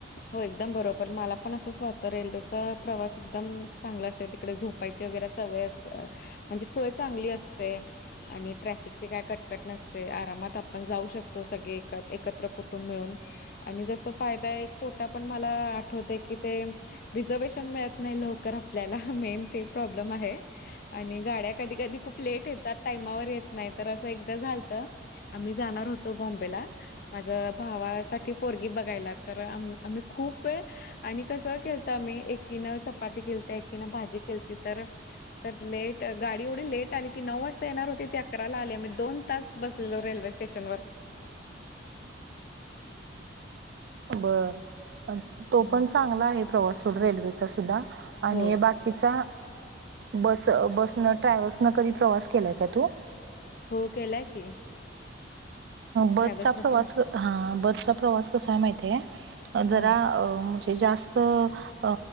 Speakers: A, on the left; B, on the right.
A: हो एकदम बरोबर मला पण असं स्वत रेल्वेचा प्रवास एकदम चांगला असते तिकडे झोप ची वगैरे सवय अस म्हणजे सोय चांगली असते. आणि ट्रॅफिक चे काय कटकट नसते आरामात आपण जाऊ शकतो सगळे एकत्र कु टुंब मिळून आणि जस फायदा एक तोटा पण मला आठवत की ते रिझर्वेशन मिळत नाही लवकर आपल्याला मेन ते प्रॉब्लेम आहे. आणि गाड्या कधी कधी खूप लेट येतात टायमावर येत नाही तर असं एकदा झालत. आम्ही जाणार होतो बॉम्बेला माझ साठी पोरगी बघायला तर आम्ही खूप वेळ आणि कसं केलत आम्ही एकीनं चपाती खेळते एकीनं भाजी केलती तर तर लेट गाडी एवढी लेट आली ती नऊ वाजता येणार होती ती अकराला आली मी दोन तास बसलेलो रेल्वे स्टेशन वर
B: बर तो
A: हम्म.
B: पण चांगला आहे प्रवासोड रेल्वेचा सुद्धा. आणि
A: हो,
B: बाकी किचा बस बसन ट्रॅव्हल्स न कधी प्रवास केलाय का तू?
A: हो केलाय की.
B: बसचा
A: ट्रॅव्हल्सनं
B: प्रवास
A: पण
B: हा बसचा प्रवास कसा माहितीय जरा
A: हां,
B: म्हण जास्त अ